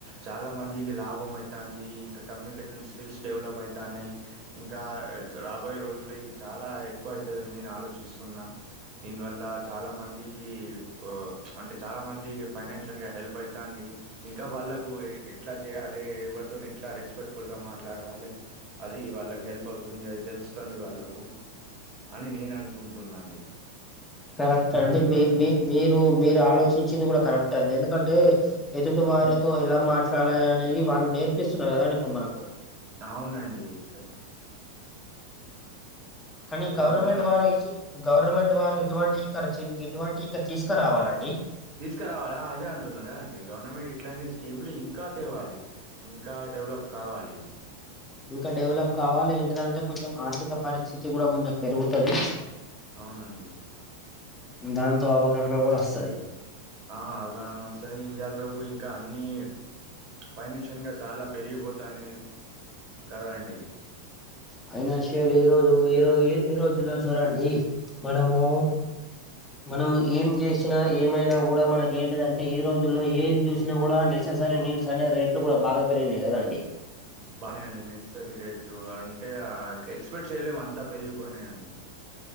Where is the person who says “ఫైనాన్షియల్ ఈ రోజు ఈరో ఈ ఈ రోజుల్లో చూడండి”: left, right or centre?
Left